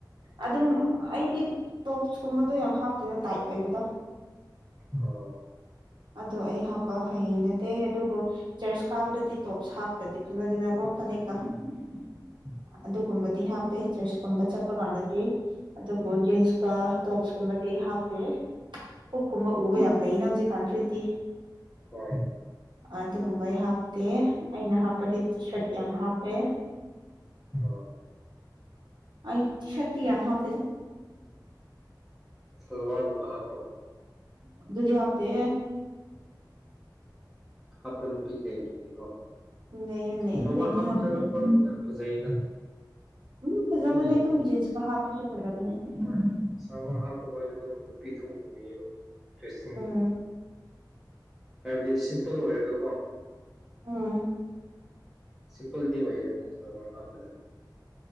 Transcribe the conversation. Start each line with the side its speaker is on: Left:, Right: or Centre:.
Right: ꯑꯗꯨꯝ ꯑꯩꯗꯤ ꯇꯣꯞꯁꯀꯨꯝꯕꯗꯣ ꯌꯥꯝ ꯍꯥꯞꯇꯦꯅ ꯇꯥꯏꯠ ꯑꯣꯏ ꯕꯨꯗ
Centre: ꯑꯣ
Right: ꯑꯗꯣ ꯑꯩ ꯍꯥꯞꯄ ꯍꯩꯅꯗꯦ ꯑꯗꯨꯕꯨ ꯆꯔꯁ ꯀꯥꯕꯗꯗꯤ ꯇꯣꯞꯁ ꯍꯥꯞꯇ꯭ꯔꯗꯤ ꯐꯖꯗꯦꯅꯀꯣ ꯐꯅꯦꯛꯀ
Centre: ꯎ
Right: ꯑꯗꯨꯒꯨꯝꯕꯗꯤ ꯍꯥꯞꯄꯦ ꯆꯔꯁꯀꯨꯝꯕ ꯆꯠꯄ ꯀꯥꯟꯗꯗꯤ ꯑꯗꯨꯕꯨ ꯖꯤꯟꯁꯀ ꯇꯣꯞꯁ ꯀꯨꯝꯕ ꯑꯩ ꯍꯥꯞꯇꯦ ꯄꯨꯛꯀꯨꯝꯕ ꯎꯕ
Centre: ꯎꯝ
Right: ꯌꯥꯝ ꯂꯩꯅ ꯍꯧꯖꯤꯛ ꯄꯥꯟꯊ꯭ꯔꯤꯠꯇꯤ
Centre: ꯍꯣꯏ
Right: ꯑꯗꯨꯒꯨꯝꯕꯩ ꯍꯥꯞꯇꯦ ꯑꯩꯅ ꯍꯥꯞꯄꯗꯤ ꯇꯤ ꯁꯔꯠ ꯀ ꯌꯥꯝ ꯍꯥꯞꯄꯦ
Centre: ꯑꯣ
Right: ꯑꯩ ꯁꯇꯤ ꯌꯥꯝ ꯍꯥꯐꯤ
Centre: ꯁꯜꯋꯥꯔꯒꯨꯝꯕ ꯍꯥꯞꯄ꯭ꯔꯣ
Right: ꯑꯗꯨꯗꯨꯗꯤ ꯍꯥꯞꯇ
Centre: ꯍꯥꯞꯄ ꯅꯨꯄꯤ ꯂꯩꯃꯤꯅꯦꯀꯣ
Right: ꯂꯩꯌꯦ ꯂꯩꯌꯦ
Centre: ꯊꯋꯥ
Right: ꯑꯩꯗꯤ
Centre: ꯍꯥꯞꯇ
Right: ꯍꯥꯞꯇꯦ
Centre: ꯐꯗ ꯖꯩꯗ
Right: ꯎꯝ ꯐꯖꯕꯅꯦ
Centre: ꯑꯗꯨꯗꯤ
Right: ꯑꯗꯨꯝ ꯖꯤꯟꯁꯀ ꯍꯥꯞꯄꯁꯨ ꯐꯖꯕꯅꯦ
Centre: ꯍꯣꯏ ꯁꯥꯃ ꯍꯥꯞꯄꯈꯣꯏꯁꯨ ꯑꯗꯨꯝ ꯅꯨꯄꯤ ꯊꯣꯛꯅ ꯎꯏꯌꯦꯕ ꯗ꯭ꯔꯦꯁꯁꯤꯡꯗꯣ
Right: ꯎꯝ
Centre: ꯍꯥꯏꯕꯗꯤ ꯁꯤꯝꯄꯜ ꯑꯣꯏꯔꯒꯀꯣ
Right: ꯎꯝ
Centre: ꯁꯤꯝꯄꯜꯗꯤ ꯑꯣꯏꯌꯦ ꯑꯗꯨꯅ ꯁꯔꯋꯥꯔ ꯍꯥꯞꯄꯗ